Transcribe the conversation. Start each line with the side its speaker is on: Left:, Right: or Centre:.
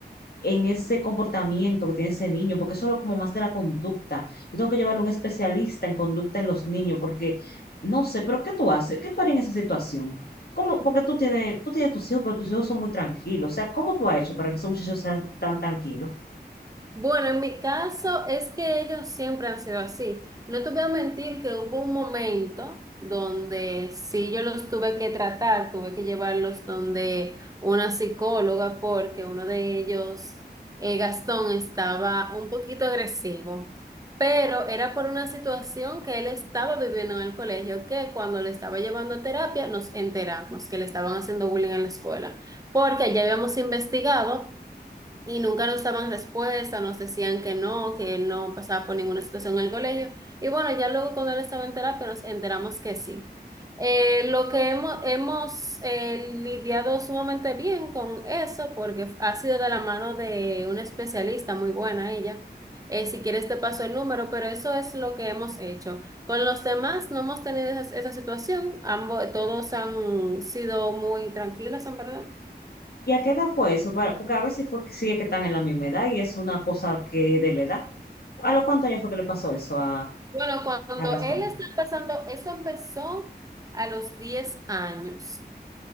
Left: en ese comportamiento que tiene ese niño, porque eso es lo como más de la conducta. Yo tengo que llevarlo a un especialista en conducta en los niños, porque no sé, pero ¿qué tú haces? ¿Qué tú harías en esa situación? ¿Cómo? Porque tú tienes, tú tienes tus hijos, pero tus hijos son muy tranquilos. O sea, ¿cómo tú has hecho para que esos muchachos sean tan tranquilos?
Right: Bueno, en mi caso es que ellos siempre han sido así. No te voy a mentir que hubo un momento donde sí yo los tuve que tratar, tuve que llevarlos donde una psicóloga porque uno de ellos, eh, Gastón, estaba un poquito agresivo, pero era por una situación que él estaba viviendo en el colegio, que cuando le estaba llevando a terapia nos enteramos que le estaban haciendo bullying en la escuela, porque ya habíamos investigado. Y nunca nos daban respuesta, nos decían que no, que él no pasaba por ninguna situación en el colegio. Y bueno, ya luego cuando él estaba en terapia nos enteramos que sí. Eh, lo que hemos, hemos eh, lidiado sumamente bien con eso porque ha sido de la mano de una especialista muy buena ella. Eh, si quieres te paso el número, pero eso es lo que hemos hecho. Con los demás no hemos tenido esa, esa situación. Ambos, todos han sido muy tranquilos, en verdad.
Left: ¿Y a qué edad fue eso? Para- Porque a veces fue que sí es que están en la misma edad y es una cosa que de la edad. ¿A los cuántos años fue que le pasó eso a,
Right: Bueno, cuando
Left: a Gastón?
Right: él estaba pasando, eso empezó a los 10 años.